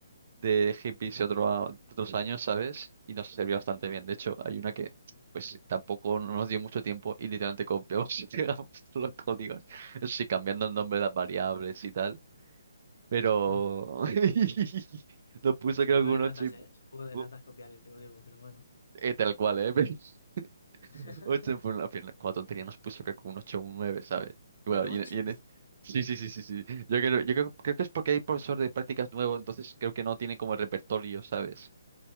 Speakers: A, on the right (about 40°); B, on the left (about 65°).
A: de hippies de, otro a- de otros años, ¿sabes? Y nos sirvió bastante bien. De hecho, hay una que pues tampoco nos dio mucho tiempo y literalmente copiamos <laughs> y pegamos todos los códigos. Eso sí, cambiando el nombre de las variables y tal. Pero
B: Mm.
A: <laughs> nos puso
B: Es
A: creo
B: un poco
A: que un
B: de ratas,
A: 8 y-
B: ¿eh? Es un poco de
A: u-
B: ratas copiar el código, pero bueno.
A: eh, tal cual, ¿eh? Pero <laughs>
B: <laughs>
A: 8 en fue la final. Con tontería nos puso creo que un 8 o un nueve ¿sabes? Bueno,
B: Un 8.
A: y en, y en
B: Hostia.
A: es- Sí, sí, sí, sí, sí. Yo creo, yo creo, creo que es porque hay profesor de prácticas nuevo, entonces creo que no tiene como el repertorio, ¿sabes?